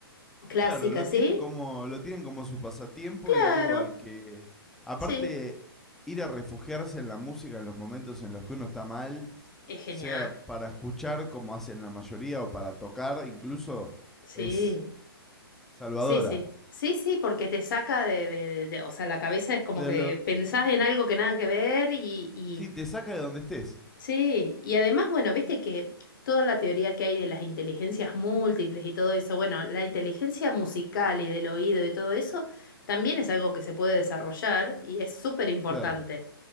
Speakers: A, on the left (about 55°); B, in the centre.
A: clásica,
B: Claro, lo
A: ¿sí?
B: tienen como, lo tienen como su pasatiempo
A: Claro,
B: y algo al que, aparte,
A: sí,
B: ir a refugiarse en la música en los momentos en los que uno está mal,
A: es genial,
B: sea para escuchar como hacen la mayoría o para tocar incluso,
A: sí,
B: es salvadora.
A: sí, sí, sí, sí, porque te saca de, de- de- de- o sea, la cabeza es como
B: De
A: que
B: lo,
A: pensás en algo que nada que ver y, y
B: sí, te saca de donde estés.
A: Sí, y además, bueno, viste que toda la teoría que hay de las inteligencias múltiples y todo eso, bueno, la inteligencia musical y del oído y todo eso, también es algo que se puede desarrollar y es súper importante.
B: Claro.